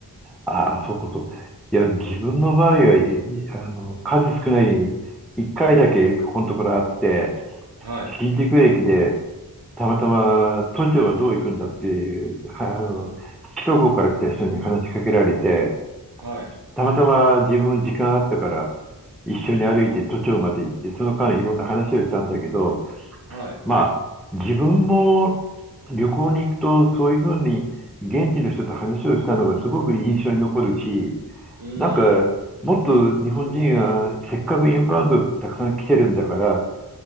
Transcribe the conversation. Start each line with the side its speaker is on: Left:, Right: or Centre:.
Centre: ああ、そういうこと。いや、自分の場合はい、あの、数少ない、一回だけここのところあって、
Right: はい、
Centre: 新宿駅で、たまたま都庁はどう行くんだっていう、あの、首都高から来た人に話しかけられて、
Right: はい、
Centre: たまたま自分時間あったから、一緒に歩いて都庁まで行って、その間いろんな話をしたんだけど、
Right: はい。
Centre: まあ、自分も旅行に行くと、そういうふうに現地の人と話をしたのがすごく印象に残るし、
Right: うーん、
Centre: なんか、もっと日本人はせっかくインバウンドたくさん来てるんだから、